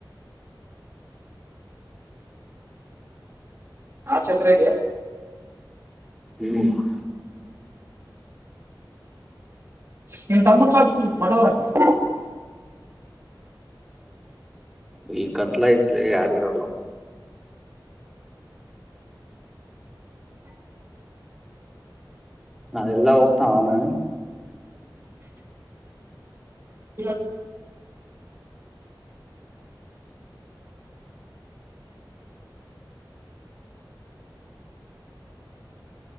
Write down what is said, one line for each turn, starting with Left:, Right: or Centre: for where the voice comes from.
Right: <unintelligible>
Centre: <unintelligible>
Right: ನೀನ್ ತಮ್ಮಗ <inaudible>
Centre: ಈಗ ಕತ್ಲ ತ್ಲೇ ಯಾರ ಇರಲ್ಲ ನಾ ಎಲ್ಲಾ ಹೋಗ್ತಾ ಅವನ
Right: <unintelligible>